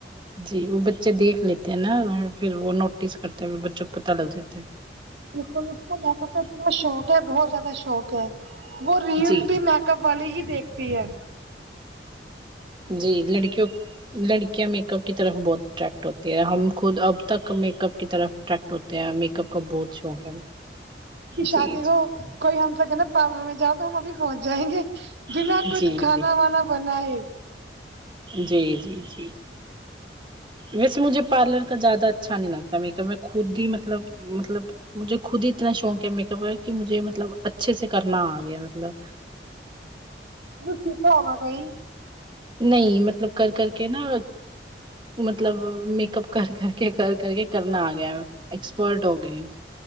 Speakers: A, on the right; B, on the right.
A: جی وہ بچے دیکھ لیتے ہیں نا پھر وہ نوٹس کرتے ہو بچوں کو پتہ لگ جاتا ہے
B: بالکل اس کو مکپ کا اتنا شوق ہے بہت زیادہ شوق ہے وہ ریلس
A: جی
B: بھی میک کپ والے ہی دیکھتی ہے
A: جی لڑکیوں لڑکیاں میک اپ کی طرف بہت اٹریکٹ ہوتی ہے ہم خود اب تک میک اپ کی طرف اٹریکٹ ہوتے ہیں کپ کا بہت شوق ہے
B: بی شادی
A: جی
B: ہو
A: جی
B: کوئی ہم سے کہے نا پارلر میں جاؤ تو ہم ابھی پہنچ جائیں گے بنا
A: جی
B: کچھ کھانا
A: جی
B: وانا بنائے
A: جی جی جی جی ویسے مجھے پارلر کا زیادہ اچھا نہیں لگ میک اپ میں خود ہی مطلب مطلب مجھے خود ہی اتنا شوق ہے میک اپ کا کی مجھے مطلب اچھے سے کرنا آ گیا مطلب
B: <unintelligible>
A: نہیں مطلب کر کر کے نا مطلب میک اپ کر کر کے کر کر کے کرنا آ گیا ہے ایکسپرٹ ہوگیی ہو